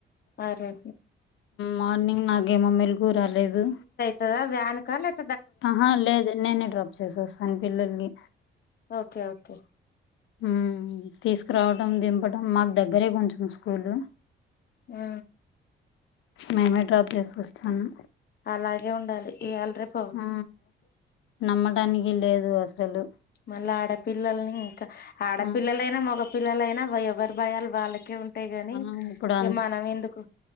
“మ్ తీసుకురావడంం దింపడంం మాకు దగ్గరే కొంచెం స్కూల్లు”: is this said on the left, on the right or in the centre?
Left